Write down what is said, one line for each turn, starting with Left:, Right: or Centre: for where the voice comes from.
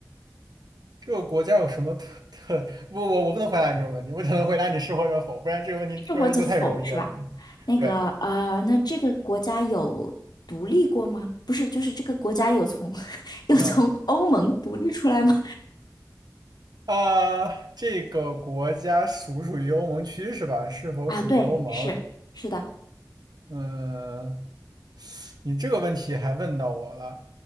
Right: 这个国家有什么特特？不，我我不能回答你这种问题，我只能回答你是或者否，不然这个问题不然就太容易了。
Left: 这或者否是吧？那个呃，
Right: 对，
Left: 那这个国家有独立过吗？不是，就是这个国家有从 <laughs> 有从欧盟独立出来吗？
Right: 嗯。啊、这个国家属不属于欧盟区是吧？是否属于欧盟？
Left: 啊，对，是是的，
Right: 嗯，你这个问题还问到我了，